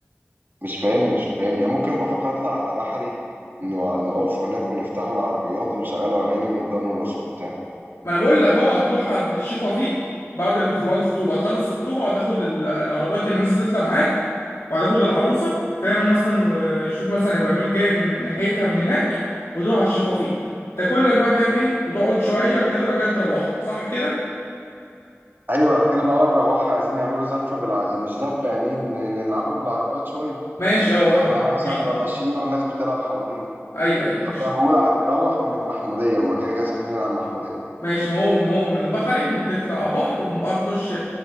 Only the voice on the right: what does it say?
مش فاهمني مش فاهمني أنا ممكن بفكر أطلع على بحري نو- نقف هناك ونفتحوا العربيات ونشغلوا أغاني ونفضل نرقص وبتاع
ايوه انا اتكلم بقى مروحه عايزين نعمله زفه بالع... يعني مش زفه يعني ايه ن- نلعبه بالعربيات شويه
فهو
احنا
مثلا هنبقى
ماشيين والناس بتلعب حوالينا
فانا
بقول عن نروح من المحموديه هما كده كده ساكنين على المحموديه